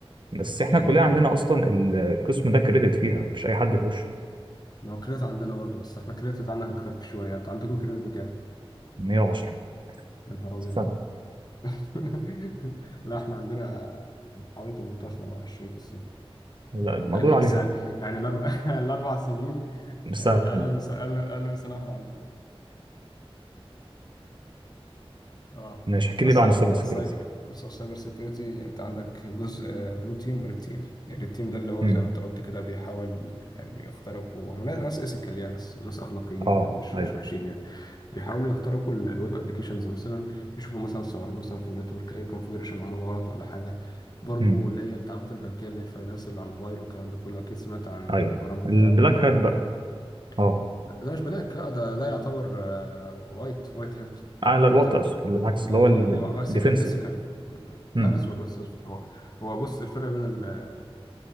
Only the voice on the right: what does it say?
بس احنا
كلنا عندنا اصلا القسم ده كريدت فيها مش اي حد يخش
110
استنى
لا المقدور
عليها
استنى
ماشي احكي
لي بقى عن
السايبر سكيورتي
امم
اه
ايوه
امم
ايوه
البلاك
هات بقى
اه
اعلى
الوقت
أص- العكس
اللي
هو
الديفنسيف
امم